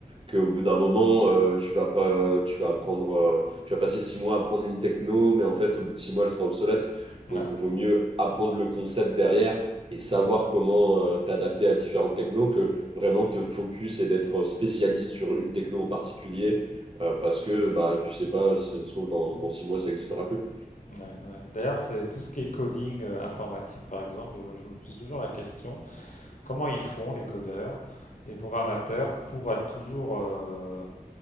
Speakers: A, on the right; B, on the left.
A: qu'au bout d'un moment, euh, tu vas pas, tu vas apprendre, euh, tu vas passer six mois à apprendre une techno, mais en fait, au bout de six mois, elle sera obsolète.
B: Ouais.
A: Donc, il vaut mieux apprendre le concept derrière et savoir
B: Mhm.
A: comment euh, t'adapter à différentes technos que vraiment te focus et d'être spécialiste sur une techno en particulier euh, parce que bah, tu sais pas, si ça se trouve, dans, dans six mois, ça n'existera plus.
B: Ouais, ouais. D'ailleurs, c'est tout ce qui est coding euh, informatique, par exemple, je, me je me pose toujours la question, comment ils font les codeurs et programmateurs pour être toujours, euh,